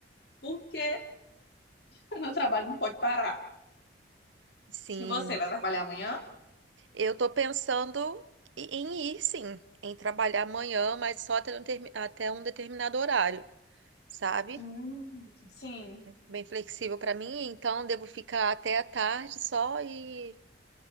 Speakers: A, on the left; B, on the right.
A: porque o meu trabalho não pode parar.
B: Sim.
A: E você vai trabalhar amanhã?
B: Eu tô pensando em em ir, sim, em trabalhar amanhã, mas só até um termi- até um determinado horário, sabe?
A: Hum, sim.
B: bem flexível para mim, então devo ficar até a tarde só e